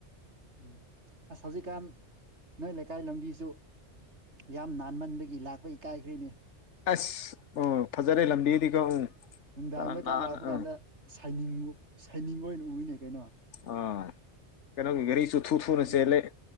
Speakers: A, on the right (about 75°); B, on the left (about 85°).
A: ꯎꯝ ꯑꯁ ꯍꯧꯖꯤꯛꯀꯥꯟ ꯅꯣꯏ ꯂꯩꯀꯥꯏ ꯂꯝꯕꯤꯁꯨ ꯌꯥꯝ ꯅꯥꯟꯃꯟꯕꯒꯤ ꯂꯥꯛꯄꯩ ꯀꯥꯏꯈ꯭ꯔꯦꯅꯦ
B: ꯑꯁ ꯑꯣ ꯐꯖꯔꯦ ꯂꯝꯕꯤꯗꯤꯀꯣ ꯎꯝ
A: ꯅꯨꯡꯗꯥꯡꯗꯀꯥ
B: ꯐꯖꯅ ꯅꯥꯟꯅ
A: ꯂꯥꯛꯄ ꯀꯥꯟꯗ
B: ꯑꯥ
A: ꯁꯅꯤꯡ ꯁꯥꯏꯅꯤꯡ ꯑꯣꯏꯅ ꯎꯏꯅꯦ ꯀꯩꯅꯣ
B: ꯑꯥ ꯀꯩꯅꯣꯒꯤ ꯒꯥꯔꯤꯁꯨ ꯊꯨ ꯊꯨꯅ
A: ꯎꯝ
B: ꯆꯦꯜꯂꯦ